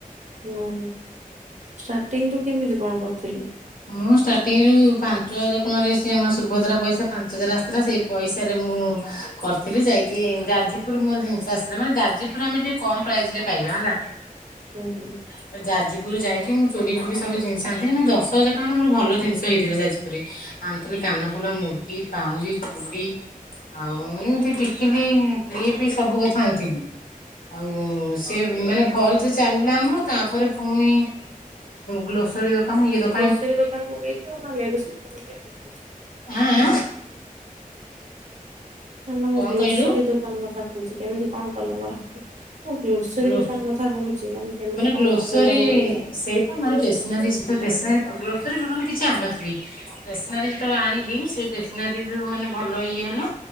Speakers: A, on the right (about 55°); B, on the left (about 70°).
A: ହ ଷ୍ଟାର୍ଟିଙ୍ଗ ତୁ କେମିତି କଣ କରିଥିଲୁ?
B: ମୁଁ ଷ୍ଟାର୍ଟିଂରୁୁ ପାଞ୍ଚ ହଜାର ଟଙ୍କାରେ ସି ଆମ ସୁଭଦ୍ରା ପଇସା ପାଞ୍ଚ ହଜାର ଆସିଥିଲା। ସେ ପଇସାରେ ମୁଁ କରିଥିଲି, ଯାଇକି ଗାଜିପୁର ମୋର ଜିନିଷ ଆସିଲାନା ଯାଜପୁର ଆମେ ଟିକେ କମ୍ ପ୍ରାଇସରେ ପାଇବା ହେଲା।
A: ହୁଁ ହୁଁ
B: ତ ଯାଜପୁରରୁ ଯାଇକି ମୁଁ ଚୁଡି ଫୁଡି ସବୁ ଜିନିଷ ଆଣିଥିଲି ମୁ ଦଶ ଛ ହଜାର ଟଙ୍କ ମୋର ଭଲ ଜିନିଷ ହେଇଥିଲା ଯାଜପୁରରେ। ଆଣିଥିଲି କାନଫୁଲ, ମୁଦି, ପାଉଁଜି, ଚୁଡି ଆଉ ଏମତି ଟିକିଲି, କ୍ଲିପି ସବୁ କଥା ଆଣିଥିଲି। ଆଉ ସେ ମାନେ ଭଲ୍ ସେ ଚାଲିଲା ଆମର ତାପରେ ଫୁଣି ଗ୍ଲୋସ୍ <unintelligible>
A: ଗ୍ରୋସରୀ ଦୋକାନ ପକେଇଥିବ ନହଲେ ଲେଡିଜ୍ କର୍ଣ୍ଣର ପକେଇଥିବ
B: ଆଁ -ଆଁ।
A: ନା ନା ମୁଁ
B: କଣ
A: ଗ୍ଲୋସରୀ
B: କହିଲୁ
A: ଦୋକାନ କଥା କହୁଚି କେମିତି କଣ କଲେ ମୋର ହବ ମୁଁ ଗ୍ଲୋସରୀ
B: ଗ୍ଲୋ
A: ଦୋକାନ କଥା କଥା କହୁଚି ମାନେ କେମିତି
B: ମାନେ
A: କଣ
B: ଗ୍ଲୋସରୀ
A: ପକେଇଲେ ହବ କହିଲୁ?
B: ସେଇ <unintelligible> କିଛି ଆଣିନଥିଲି ଷ୍ଟେସନାରୀ ଯେତେବେଳେ ଆଣି ଲି ସେ ଷ୍ଟେସନାରୀ ବି ମାନେ ଭଲ ଇଏ ହେଲା।